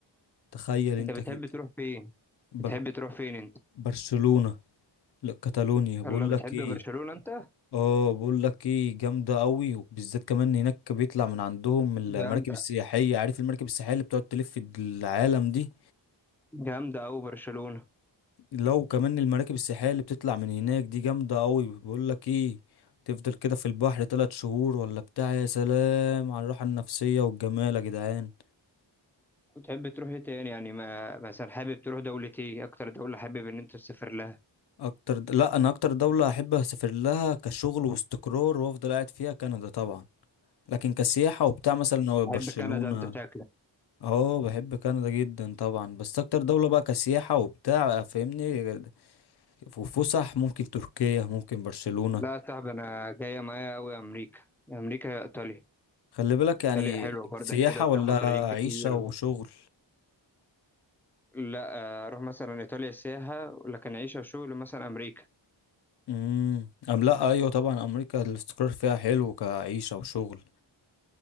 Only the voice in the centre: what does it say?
انت بتحب
تروح فين
بتحب تروح فين انت
الله بتحب
برشلونة انت
جامدة
جامدة أوي برشلونة
وتحب تروح ايه تاني يعني ما مثلا حابب تروح دولة ايه اكتر دولة حابب ان انت تسافر لها
تحب
كندا انت شكلك
لا يا صاحبي انا جاية معايا أوي امريكا امريكا يا ايطاليا
ايطاليا حلوة برضك
كده وفيها
مصريين كتير
لا آه، اروح مثلا ايطاليا سياحة لكن عيشة وشغل مثلا امريكا